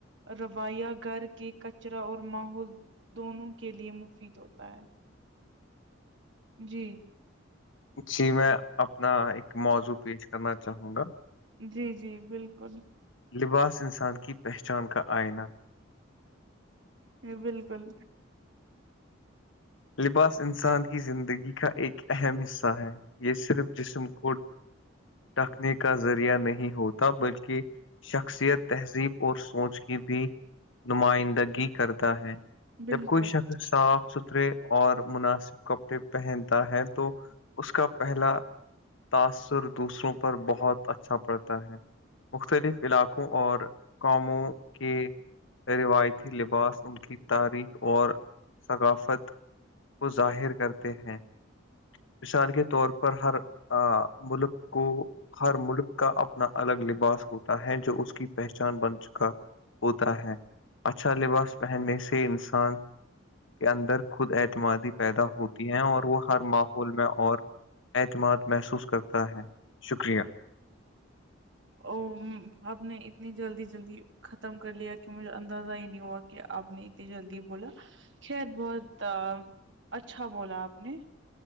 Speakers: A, on the right; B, on the left.
A: رویہ گھر کے کچرا اور ماحول دونوں کے لیے مفید ہوتا ہے جی
B: جی میں اپنا ایک موضوع پیش کرنا چاہوں گا
A: جی جی بالکل
B: لباس انسان کی پہچان کا آئینہ
A: بالکل
B: لباس انسان کی زندگی کا ایک اہم حصہ ہے یہ صرف جسم کو ڈکنے کا ذریعہ نہیں ہوتا بلکہ شخصیت تہذیب اور سوچ کی بھی نمائندگی کرتا ہے
A: بالکل
B: جب کوئی شخص صاف ستھرے اور مناسب کپڑے پہنتا ہے تو اس کا پہلا تاثر دوسروں پر بہت اچھا پڑتا ہے مختلف علاقوں اور قوموں کے روایتی لباس ان کی تاریخ اور ثقافت کو ظاہر کرتے ہیں مثال کے طور پر ہر ملک کو ہر ملک کا اپنا الگ لباس ہوتا ہے جو اس کی پہچان بن چکا ہوتا ہے اچھا لباس پہننے سے انسان کے اندر خود اعتمادی پیدا ہوتی ہیں اور وہ ہر ماحول میں اور اعتماد محسوس کرتا ہے شکریہ
A: او آپ نے اتنی جلدی جلدی ختم کر لیا کہ مجھے اندازہ ہی نہیں ہوا کہ آپ نے اتنی جلدی بولا خیر بہت اچھا بولا آپ نے